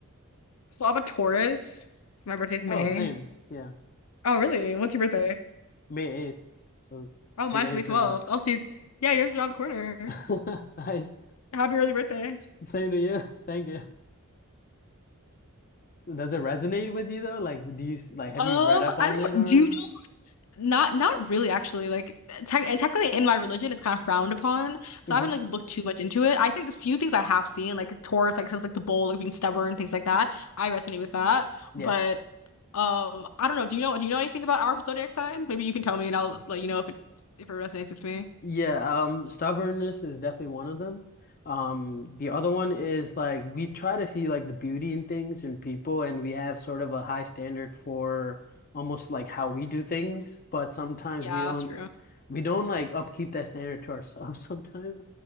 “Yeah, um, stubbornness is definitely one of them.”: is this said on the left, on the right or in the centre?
Left